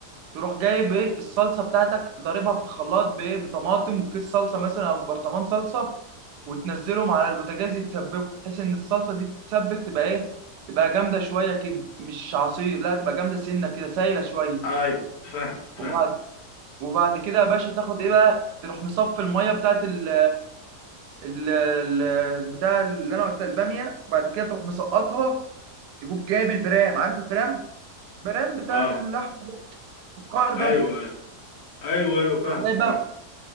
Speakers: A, on the right; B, on the left.
A: تروح جايب ايه الصلصه بتاعتك ضاربها في الخلاط بايه بطماطم وكيس صلصه مثلا او برطمان صلصه وتنزلهم على البوتاجاز يتسبكوا بحيث ان الصلصه دي تتسبك تبقى ايه تبقى جامده شويه كده مش عصير لا تبقى جامده سنه كده سايله شويه
B: ايوه فاهمك فاهم
A: وبعد وبعد كده يا باشا تاخد ايه بقى تروح مصفي الميه بتاعت ال ال ال- بتاع اللي انا قلتها الباميه بعد كده تروح مسقطها تجيب جايب البرام عارف البرام البرام بتاع
B: اه
A: اللحم ده، الفخار ده
B: ايوه ايوه ايوه ايوه فاهمك
A: تروح جايب بقى
B: فاهم